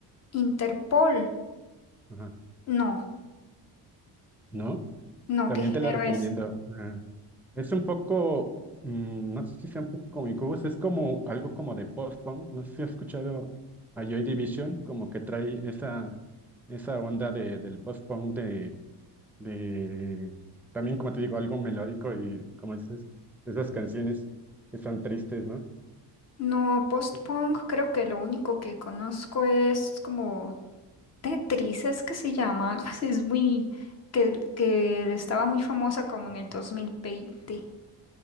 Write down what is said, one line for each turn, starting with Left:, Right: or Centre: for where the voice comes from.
Left: Interpol.
Centre: Ajá.
Left: No,
Centre: ¿No?
Left: no,
Centre: También
Left: ¿qué género
Centre: te la recomiendo.
Left: es?
Centre: Ah. Es un poco, mm, no sé si sea un poco cómico, pues es como algo como de post-punk, no sé si has escuchado a Joy Division, como que trae esa, esa onda de, del post-punk de, de, también como te digo, algo melódico y como dices, esas canciones que son tristes, ¿no?
Left: No, post-punk,
Centre: Sí.
Left: creo que lo único que conozco es como Tetris es que se llama, <laughs> algo así, es muy, que, que estaba muy famosa como
Centre: Eh,
Left: en el dos mil veinte